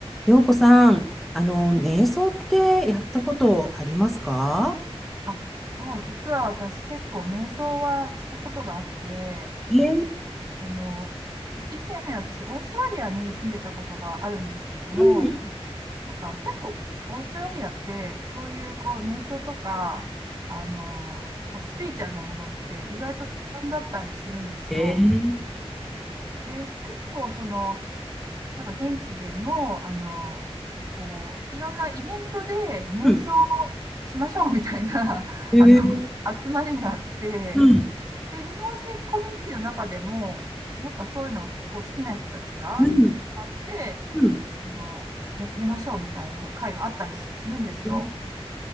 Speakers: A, in the centre; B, on the right.
A: 陽子さん、あの、瞑想ってやったことありますか
B: あはい、実は私結構瞑想はしたことがあって、
A: えー、
B: あの、以前私オーストラリアに住んでたことがあるんですけども、
A: うん、
B: なんか結構オーストラリアってそういうこう瞑想とか、あの、こうスピリチュアルなものって意外と盛んだったりするんですよ。
A: えー、
B: で、結構その、なんか現地での、あの、こう、いろんなイベントで瞑想を
A: うん、
B: しましょうみたいな、<laughs>
A: えー、
B: あの、集まりがあって、
A: うん、
B: で、日本人コミュニティの中でも、やっぱそういうのこう好きな人たちがあって、
A: うん、うん。
B: あの、やりましょうみたいな会があったりするんですよ。
A: えー